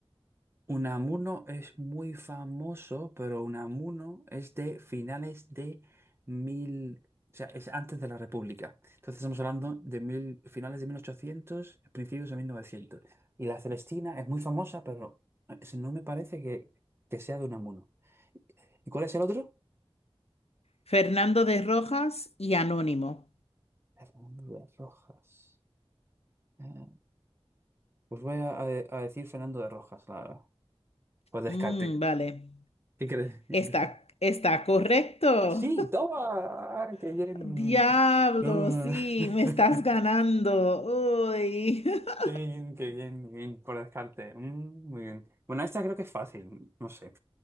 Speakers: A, on the right (about 25°); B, on the left (about 90°).
A: Unamuno es muy famoso, pero Unamuno es de finales de mil, o sea, es antes de la República. Entonces estamos hablando de mil, finales de 1800, principios de 1900. Y la Celestina es muy famosa, pero eh, es- no me parece que, que sea de Unamuno. ¿Y cuál es el otro?
B: Fernando de Rojas y Anónimo.
A: Fernando de Rojas. Eh, Pues voy a, a- a decir Fernando de Rojas, la verdad. Pues descarte.
B: Mm, vale.
A: ¿Qué crees?
B: Está,
A: <laughs>
B: está correcto.
A: Sí, toma, ah, qué bien.
B: <laughs> Diablo,
A: Mm.
B: sí,
A: <laughs>
B: me estás ganando. Uy. <laughs>
A: Qué bien, qué bien, qué bien, por descarte. Mm, muy bien. Bueno, esta creo que es fácil, no sé.